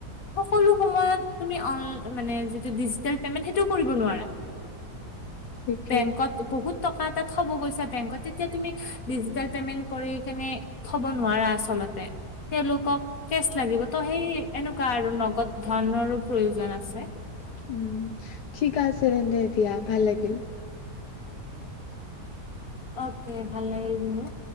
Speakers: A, on the left; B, on the left.
A: সকলোঁ সময় যিটো ডিজিটেল পেমেণ্ট সেইটো কৰিব নোৱাৰা
B: ঠিকেই
A: বেংকত বহুত টকা এটা থ'ব গৈছা বেংকত তেতিয়া তুমি ডিজিটেল পেমেন্ট কৰি কেনে থ'ব নোৱাৰা আচলতে। তেওঁলোকক কেচ লাগিব। ত' সেই এনেকুৱা আৰু নগদ ধনৰো প্ৰয়োজন আছে।
B: উম, ঠিক আছে ৰ দিয়া ভাল লাগিল
A: অকে, ভাল লাগিল মোৰো।